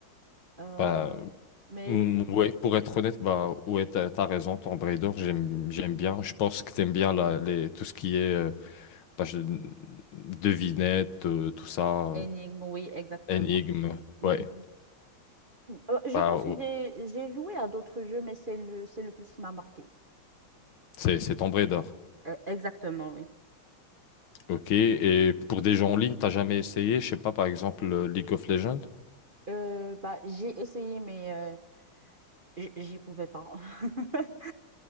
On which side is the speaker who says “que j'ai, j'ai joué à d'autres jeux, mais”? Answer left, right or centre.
Right